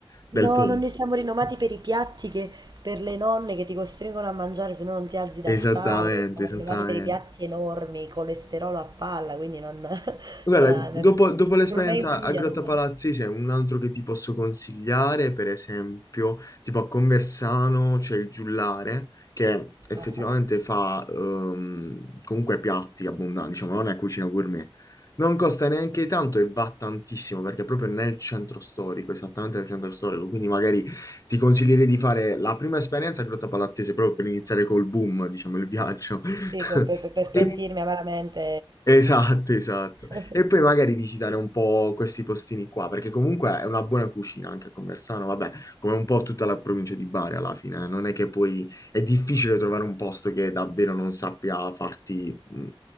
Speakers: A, on the left; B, on the right.
A: del
B: No,
A: posto.
B: non ne siamo rinomati per i piatti che per le nonne che ti costringono a mangiare se no non ti alzi dal
A: Esattamente,
B: tavolo. Siamo
A: esattamente.
B: rinomati per i piatti enormi, colesterolo a palla, quindi non... <laughs>
A: Guarda,
B: eh,
A: dopo, dopo l'esperienza
B: Gourmet in Puglia
A: a Grotta
B: non mangio.
A: Palazzi c'è un altro che ti posso consigliare, per esempio, tipo a Conversano c'è il Giullare, che effettivamente
B: Ah,
A: fa ehm, comunque piatti abbondanti, diciamo, non è cucina gourmet. Non costa neanche tanto e va tantissimo, perché è proprio nel centro storico, esattamente nel centro storico, quindi magari ti consiglierei di fare la prima esperienza a Grotta Palazzese proprio per iniziare col boom, diciamo, il viaggio. <laughs>
B: sì, per, per- per pentirmi
A: E
B: amaramente
A: Esatto, esatto.
B: di...
A: E poi
B: <laughs>
A: magari visitare un po' questi postini qua, perché comunque è una buona cucina anche a Conversano, vabbè, come un po' tutta la provincia di Bari alla fine, eh. Non è che poi è difficile trovare un posto che davvero non sappia farti mh,